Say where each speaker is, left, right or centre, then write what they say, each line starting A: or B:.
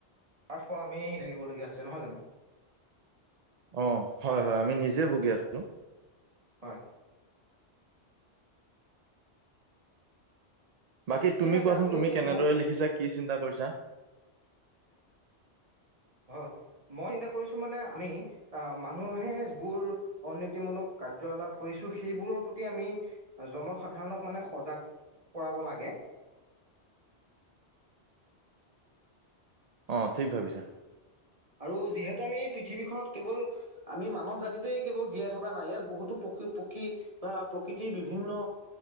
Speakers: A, on the right (about 30°); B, on the right (about 50°).
A: তাৰ ফল আমি থাকিবলগীয়া হৈছে নহয় জানো?
B: অ হয়-হয় আমি নিজে ভুগি আছো।
A: হয়
B: বাকী তুমি
A: ঠিক আছে
B: কোৱাচোন
A: আপুনি
B: তুমি কেনেদৰে লিখিছা? কি চিন্তা কৰিছা?
A: হয় মই চিন্তা কৰিছো মানে আমি আহ মানুহে যিবোৰ উন্নতি মূলক কাৰ্যালাপ কৰিছো সেইবোৰৰ প্ৰতি আমি জনসাধাৰণক মানে সজাগ কৰাব লাগে
B: অ ঠিক ভাবিছা।
A: আৰু যিহেতু আমি পৃথিৱীখনত কেৱল আমি মানৱ জাতিটোৱে কেৱল জীয়াই থকা নাই ইয়াত বহুতো পশু পক্ষী আহ প্ৰকৃতিৰ বিভিন্ন